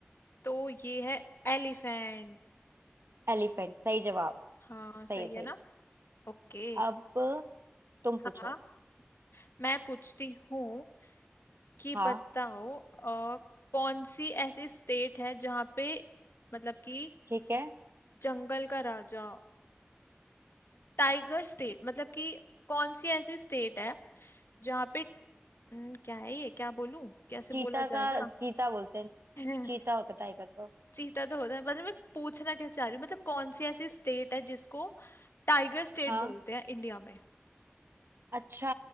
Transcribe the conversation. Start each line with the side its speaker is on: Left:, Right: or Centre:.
Left: तो ये है एलिफेंट
Right: एलिफेंट सही जवाब
Left: हाँ सही
Right: सही है सही
Left: है ना
Right: है
Left: ओके
Right: अब तुम
Left: हाँ
Right: पूछो
Left: मैं पूछती हूँ कि
Right: हाँ
Left: बताओ अ, कौन सी ऐसी स्टेट है जहाँ पे मतलब कि
Right: ठीक है
Left: जंगल का राजा टाइगर स्टेट मतलब कि कौन सी ऐसी स्टेट है जहाँ पे न, क्या है ये क्या बोलूं कैसे
Right: चीता
Left: बोला जाएगा
Right: का चीता बोलते हैं
Left: <laughs>
Right: चीता होता टाइगर तो
Left: चीता तो होता है मतलब मैं पूछना क्या चाह रही हूँ मतलब कौन सी ऐसी स्टेट है जिसको टाइगर स्टेट
Right: हाँ
Left: बोलते हैं इंडिया में
Right: अच्छा